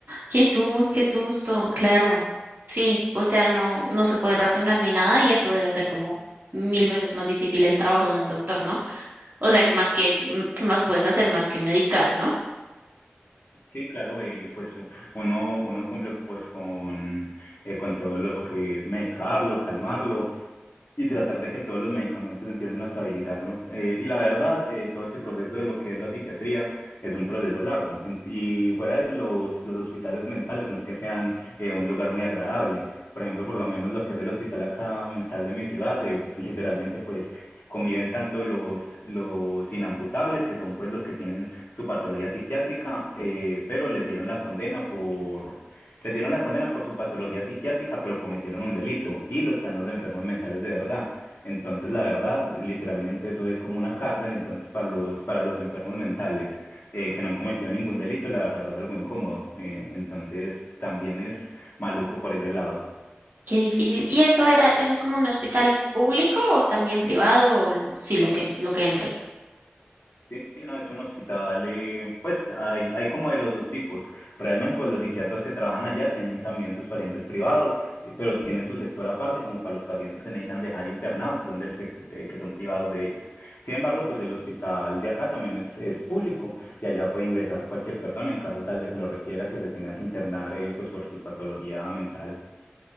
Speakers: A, on the right (about 55°); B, on the left (about 60°).
A: Jesús, qué susto, claro. Sí, o sea, no, no se puede razonar ni nada y eso debe hacer como mil veces más difícil el trabajo de un doctor, ¿no? O sea, más que, mm, ¿qué más puedes hacer más que medicar, ¿no?
B: Sí, claro, eh, pues u- uno, uno cumple pues con, eh, con todo lo que es medicarlo, calmarlo, y tratar de que todos los medicamentos empiecen a estabilizarlo. Eh, y la verdad, eh, todo este proceso de lo que es la psiquiatría es un proceso largo. En- Y fuera de eso, los, los hospitales mentales no es que sean eh, un lugar muy agradable. Por ejemplo, por lo menos lo que es el hospital acá mental de mi ciudad, eh, literalmente pues conviven tanto los, los inamputables, que son pues los que tienen su patología psiquiátrica, eh, pero les dieron la condena por Retiraron la condena por su patología psiquiátrica, pero cometieron un delito y lo están los enfermos mentales de verdad. Entonces, la verdad, literalmente eso es como una cárcel, entonces para los, para los enfermos mentales eh, que no han cometido ningún delito, la verdad es algo incómodo. Eh, entonces, también es maluco por ese lado.
A: Qué difícil. ¿Y eso era, eso es como un hospital público o también privado o l- sí, lo que, lo que entre?
B: Sí, sí, no, es un hospital, eh, pues hay, hay como de los dos tipos. Realmente, pues los psiquiatras que trabajan allá tienen también sus pacientes privados, eh, pero tienen su sector aparte, como para los pacientes que necesitan dejar internados y son del sec- eh, que son privados de ellos. Sin embargo, pues el hospital de acá también es, es público y allá puede ingresar cualquier persona en caso tal de que lo requiera, que se tenga que internar, eh, pues por su patología mental.